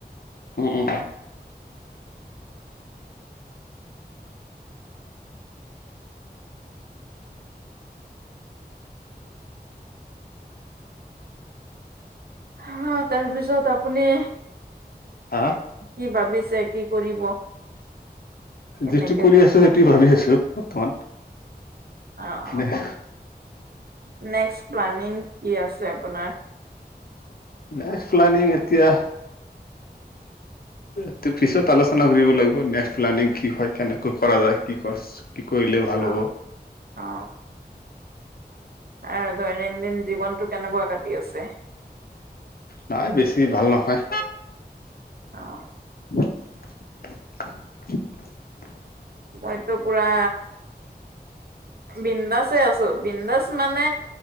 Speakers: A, on the left (about 65°); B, on the right (about 65°).
A: হু উম উম
B: হা তাৰপিছত আপুনি
A: হা
B: কি ভাবিছে কি কৰিব? কেনেকে
A: যিটো কৰি আছো সেইটো ভাবি আছো বৰ্তমান
B: অ',
A: নে
B: নেক্সট প্লানিং কি আছে আপোনাৰ?
A: নেক্সট প্লানিং এতিয়া
B: <inaudible>
A: এইটো পিছত আলোচনা কৰিব লাগিব নেক্সট প্লানিং কি হয় কেনেকৈ কৰা যায় কি কছ কি কৰিলে ভাল
B: অ',
A: হ'ব
B: অ আৰু দৈনন্দিন জীৱনতো কেনেকোৱা কাটি আছে?
A: নাই বেছি ভাল নহয়।
B: অ
A: <unintelligible>
B: মইতো পুৰা বিনন্দাসে আছো বিনন্দাস মানে